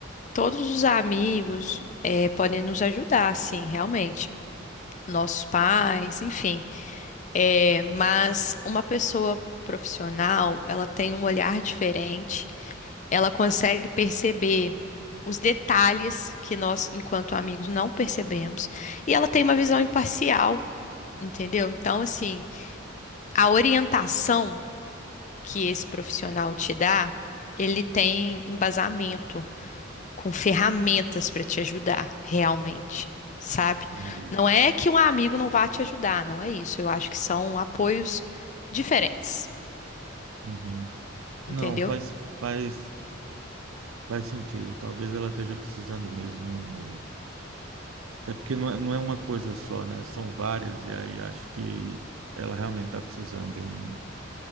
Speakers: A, on the left; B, on the right.
A: todos os amigos eh, podem nos ajudar, sim, realmente. Nossos pais, enfim. Eh, mas uma pessoa profissional, ela tem um olhar diferente, ela consegue perceber os detalhes que nós, enquanto amigos, não percebemos, e ela tem uma visão imparcial, entendeu? Então, assim, a orientação. que esse profissional te dá, ele tem embasamento com ferramentas para te ajudar realmente, sabe?
B: Entendi.
A: Não é que um amigo não vá te ajudar, não é isso. Eu acho que são apoios diferentes,
B: Uhum.
A: entendeu?
B: Não, faz, faz, faz sentido. Talvez ela esteja precisando mesmo Até porque não é, não é uma coisa só, né? São várias, e aí acho que ela realmente está precisando de um,